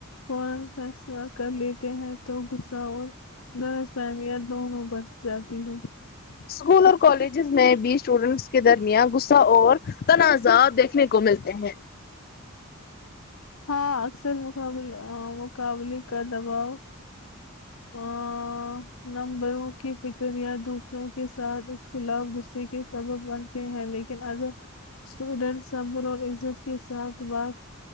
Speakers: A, on the left (about 75°); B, on the left (about 45°).
A: کون فیصلہ کر لیتے ہیں تو غصہ اور غلط فہمیاں دونوں بس جاتی ہوں
B: اسکول اور کالجز میں بھی اسٹوڈینٹس کے درمیان غصہ اور تنازع دیکھ نے کو ملتے ہیں
A: ہاں اکثر مقابل مقابلے کر دباؤ ا نمبروں کی فکر یا دوسروں کے ساتھ ایک خلاف غصے کے سبب بنتے ہیں لیکن اگر اسٹوڈینٹ صبر اور عزت کے ساتھ بات